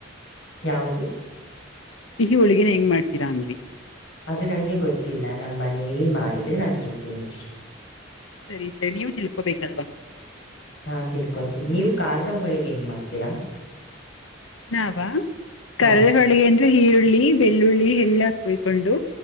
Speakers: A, on the left (about 65°); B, on the left (about 80°).
A: ಯಾವುದು
B: ಸಿಹ ಹೋಳಗೇನ್ ಹೆಂಗ ಮಾಡ್ತೀರಾ ಅಂದ್ವಿ
A: ಅದು ನನ್ಗೆ ಗೊತ್ತಿಲ್ಲ ನಮ್ಮ ಮನೇಲಿ ಮಾಡಿದ್ರೆ ನಾನ್ ತಿಂತೇನಿ ಅಷ್ಟೆ
B: ಸರಿ ಸರಿ ನೀವು ತಿಳ್ಕೋಬೇಕಲ್ವಾ
A: ನಾ ತಿಳ್ಕೊಂತೀನಿ ನೀವು ಕಾರದ ಹೊಳಿಗೆ ಹೆಂಗ್ ಮಾಡ್ತೀರಾ
B: ನಾವ
A: ಹಾ
B: ಕಾರದ ಹೋಳಗೆ ಅಂದ್ರೆ ಈರುಳ್ಳಿ ಬೆಳ್ಳುಳ್ಳಿ ಎಲ್ಲಾ ಕುಯ್ಕೊಂಡು